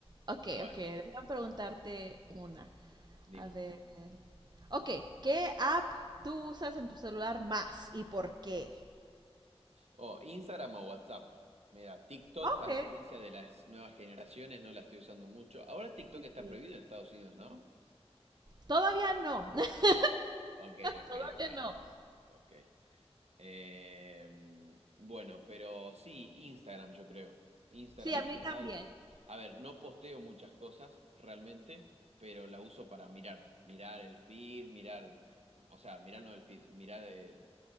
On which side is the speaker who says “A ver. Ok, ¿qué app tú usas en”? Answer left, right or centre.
Right